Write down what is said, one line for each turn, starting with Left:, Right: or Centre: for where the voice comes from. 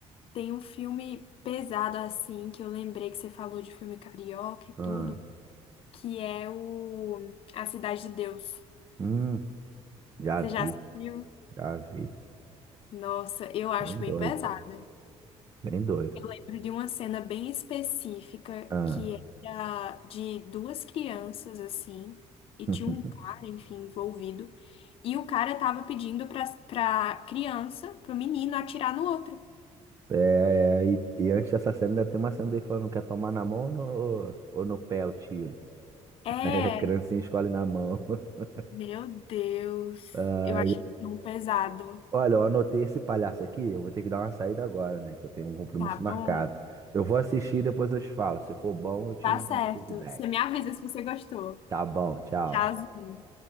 Left: Tem um filme pesado assim, que eu lembrei que você falou de filme carioca e tudo,
Right: Ah,
Left: que é o A Cidade de Deus.
Right: hum, já
Left: Você
Right: vi,
Left: já assistiu?
Right: já vi.
Left: Nossa, eu acho
Right: Bem
Left: bem
Right: doido,
Left: pesada.
Right: bem doido.
Left: Eu lembro de uma cena bem específica
Right: Ah.
Left: que era de duas crianças assim, e
Right: <laughs>
Left: tinha um cara, enfim, envolvido, e o cara tava pedindo pra, pra criança, pro menino atirar no outro.
Right: É, e, e antes dessa cena ainda tem uma cena dele falando, quer tomar na mão ou no, ou no pé o tiro?
Left: É,
Right: É, criancinha escolhe na mão. <laughs>
Left: meu Deus,
Right: Ai,
Left: eu achei tão pesado.
Right: olha, eu anotei esse palhaço aqui. Eu vou ter que dar uma saída agora, né? Que eu tenho um compromisso
Left: Tá bom.
Right: marcado. Eu vou assistir e depois eu te falo. Se for bom, eu te
Left: Tá certo.
Right: mando feedback.
Left: Você me avisa se você gostou.
Right: Tá bom, tchau.
Left: Tchauzinho.